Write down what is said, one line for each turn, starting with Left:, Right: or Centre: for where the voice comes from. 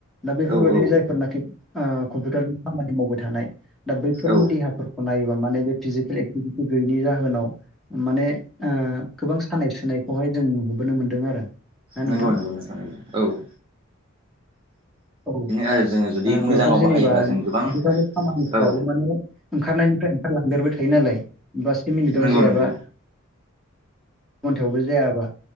Centre: दा, बेफोरबाददि
Right: औ औ
Centre: जायफोरनाखि ओ कम्पिउटारनि खामानि मावबाय थानाय, दा, बैफोरनि
Right: औ
Centre: देहा फोरखौ नायोबा, माने बे फिजिकेल एक्टिभिटिस गैयैनि जाहोनाव माने ओ, गोबां सानाय, सुनायखौहाय जों नुुबोनो मोनदों आरो। ना
Right: नंगौ।
Centre: नोंथां।
Right: औव।
Centre: औ
Right: आरो जोङो जुदि मोजाङाव
Centre: बेयावथ' जेनेबा
Right: बाहायोब्ला
Centre: खामानि
Right: जों गोबां औ
Centre: ओंखारनायनिफ्राय ओंखारलांगेरबाय थायो नालाय। बा, स्यि मिनिट आव
Right: नंगौ
Centre: जायाबा।
Right: नंगौ
Centre: अन्थायावबो जायाबा।